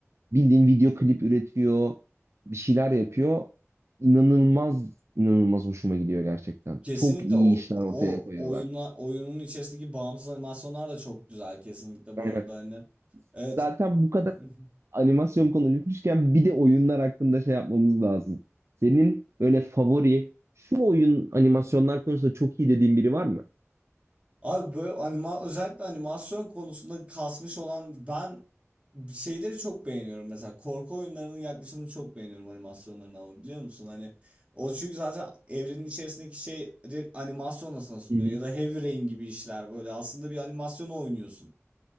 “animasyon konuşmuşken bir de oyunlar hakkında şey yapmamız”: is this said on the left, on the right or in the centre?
Right